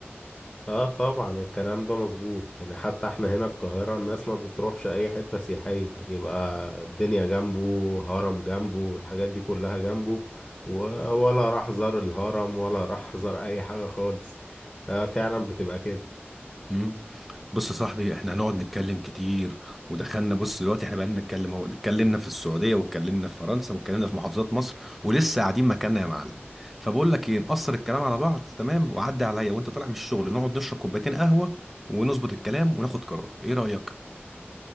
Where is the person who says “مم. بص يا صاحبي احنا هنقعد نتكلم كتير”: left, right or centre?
Centre